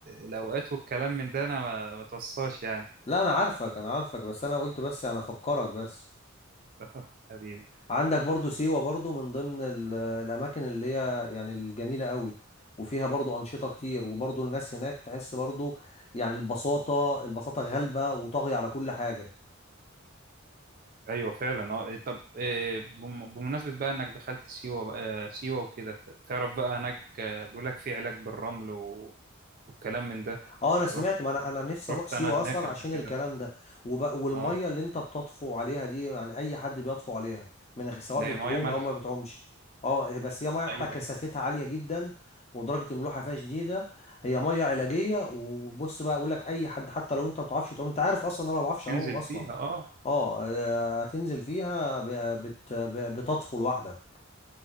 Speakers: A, on the right; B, on the left.
A: الاوقات والكلام من ده انا ما ما توصاش يعني
B: لا انا عارفك انا عارفك بس انا قلت بس انا افكرك بس
A: <laughs> حبيبي
B: عندك برضو سيوة برضو من ضمن ال- الأماكن اللي هي يعني الجميلة قوي وفيها برضو أنشطة كتير وبرضو الناس هناك تحس برضو يعني البساطة البساطة غالبة وطاغية على كل حاجة
A: ايوه فعلا اه طب آه، بم- بمناسبة بقى انك دخلت سيوة بقى آه، سيوة وكده ف- تعرف بقى هناك آه، بيقول لك في علاج بالرمل و... والكلام من ده
B: اه انا سمعت
A: رحت
B: ما انا انا نفسي
A: رحت
B: اروح سيوه
A: انا هناك
B: اصلا
A: قبل
B: عشان
A: كده
B: الكلام ده وب... والميه
A: اه
B: اللي انت بتطفو عليها دي يعني اي حد بيطفو عليها من غير سواء
A: ده
B: بتعوم
A: ميه مالحه
B: او ما بتعومش اه بس هي ميه بحر
A: ايوه
B: كثافتها
A: أيوة.
B: عاليه جدا ودرجه الملوحه فيها شديده هي ميه علاجيه وبص بقى اقول لك اي حد حتى لو انت ما بتعرفش تعوم انت عارف اصلا إن انا ما بعرفش
A: تنزل
B: اعوم اصلا
A: فيها اه
B: اه آه، هتنزل فيها ب... بت... ب... بتطفو لوحدك